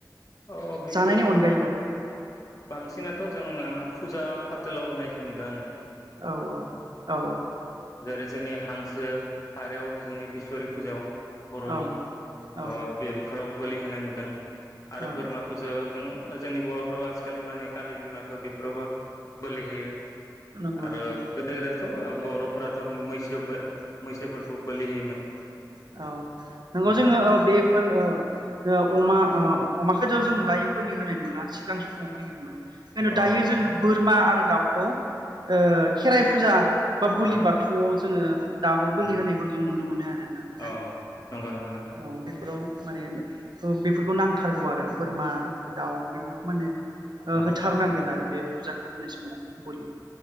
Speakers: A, on the left (about 50°); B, on the right (about 75°).
A: अ बिदि
B: जानायनि अनगायैबो
A: बांसिना थ जोंङो फुजा फाथोलाव होनायखौ नुदों आंङो
B: औ औ औ
A: जेरै जोंनि हांसो फारौ जोंनि बिसरि फुजायाव बरनि
B: औ औ
A: अ बे बेफोराव बोलि होनाय नुदों आरो
B: औ
A: बोरमाफोरजो जों जोंनि बरफोरावो आजिखालि माने कालि बिमाखौ बेफोरावबो बोलि होयो
B: नंगौ
A: आरो
B: नंगौ
A: गोदो गोदाय थ बरफोराथ मैसोबो
B: <inaudible>
A: मैसोफोरखौ बोलि होयोमोन
B: औ नंगौ
A: औ
B: जोंङो ओ बेफोर ओ अमा ओ अमाखौ जो जोंङो दायो बोलि होनाय नुला सिगां मोजां समाव होयोमोन खिथु
A: औ
B: दायो जोंङो बोरमा आरो दाउखौ ओ खेराइ फुजा बा बुलि
A: औ
B: बाथौआव जोंङो दाबो बोलि
A: औ
B: होनायखौ जों नुनो मोनो आरोना नोंथां
A: औ नंगौ नंगौ नोंथां
B: औ बेफोराव माने बेफोरखौ नांथारगौ आरो बोरमा ओमफ्राय दाउ बे माने
A: औ
B: होथारनांगोन आरो बे फुजाखौ होनाय समाव बोलि